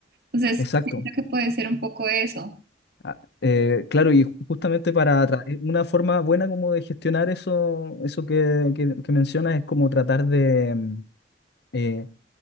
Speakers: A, on the right (about 55°); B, on the left (about 60°).
A: Entonces,
B: exacto.
A: siento que puede ser un poco eso.
B: Ah, eh, claro, y ju- justamente para tra- eh, una forma buena como de gestionar eso, eso que, que- que mencionas es como tratar de, mm, eh,